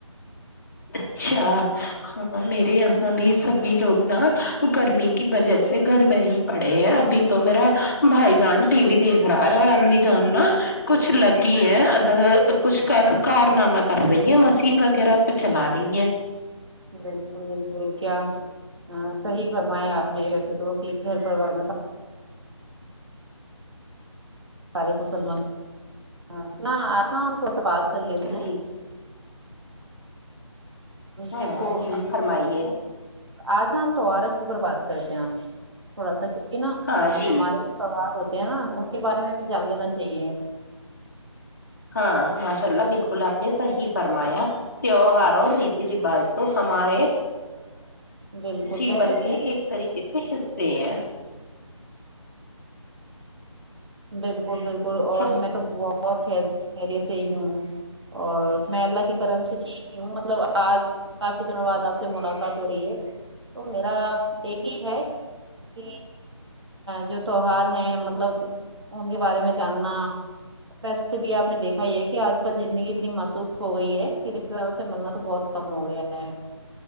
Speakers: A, on the left; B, on the right.
A: اچھا ہاں میرے یہاں بھی سبھی لوگ نا گرمی کی وجہ سے گھر میں ہی پڑے ہیں ابھی تو میرا بھائی جان ٹی وی دیکھ رہا ہے اور امی جان نا کچھ لگی ہیں ادھر کچھ کر کار نامہ کر رہی ہیں مشین وغیرہ چلا رہی ہے
B: بالکل بالکل کیا ہاں صحیح فرمایا آپ نے ویسے تو پھر گھر پروار میں <inaudible>
A: جی ہاں
B: دیکھو
A: جی فرمائیے
B: آج نا ہم تیوہارں کے اوپر بات کرتے ہیں تھوڑا سا کیونکہ نا
A: ہاں جی
B: ہمارے تیوہار ہوتے ہیں نا ان کے بارے میں بھی جان لینا چاہیے
A: ہاں ماشاء اللہ بالکل آپ نے صحیح فرمایا تیوہار اور ریتی رواج تو ہمارے
B: بالکل
A: جیون
B: ویسے بھی
A: کے
B: ہے
A: ایک طریقے سے حصے ہیں
B: بالکل بالکل اور
A: ہر
B: میں تو بہت خیریت سے ہی ہوں اور میں اللہ کی کرم سے ٹھیک ہی ہوں مطلب آج کافی دنوں بعد آپ سے ملاقات ہو رہی ہے تو میرا ایک ہی ہے کہ جو تیوہار ہے مطلب ان کے بارے میں جاننا ویسے بھی آپ نے دیکھا یہ ہے کہ آج کل زندگی اتنی معصوف ہو گئی ہے کہ رشتے داروں سے ملنا تو بہت کم ہو گیا ہے